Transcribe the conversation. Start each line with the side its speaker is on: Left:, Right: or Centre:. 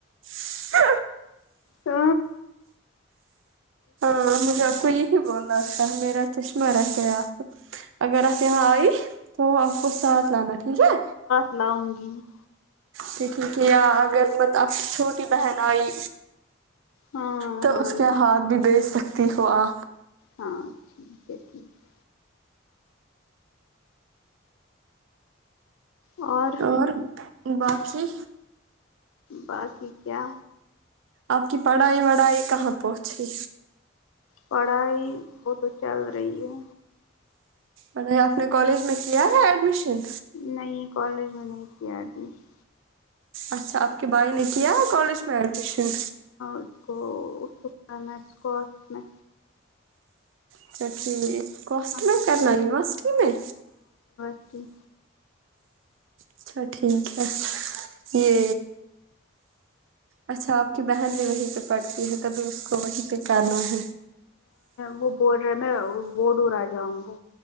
Right: ہ
Left: سا
Right: ہاں مجھے آپ کو یہ بولنا تھا میرا چشمہ رہ گیا آپ اگر آپ یہاں آئی تو آپ کو ساتھ لانا ٹھیک ہے
Left: لاوگی
Right: تو ٹھیک ہے یا اگر آپ چھوٹی بہن آئی
Left: ہاں
Right: تو
Left: ہاں
Right: اس کے ہاتھ بھی بیچ سکتی ہو آ
Left: ہاں ٹھیک ہے ٹھیک اور
Right: اور باقی
Left: باقی کیا
Right: آپ کی پڑھائی وڑھائی کہاں پہنچی
Left: پڑھائی بہت چل رہی ہے
Right: اے آپ نے کالج میں کیا ہے ایڈمیشن
Left: نہیں کالج میں نہیں کیا ایڈمیشن
Right: اچھا آپ کے بھائی نے کیا کالج میں ایڈمیشن
Left: اس کو اس کو پا اسکاٹ میں
Right: اچھا ٹھیک کوسٹ
Left: ہاں
Right: میں کرنا یونیورسٹی میں
Left: تو
Right: اچھا ٹھیک ہے یہ اچھا آپ کی بہن بھی وہیں پہ پڑتی ہے تبھی اس کو وہیں پہ کرنا ہے
Left: وہ بول رہا میں وہ دور آ جاؤں گا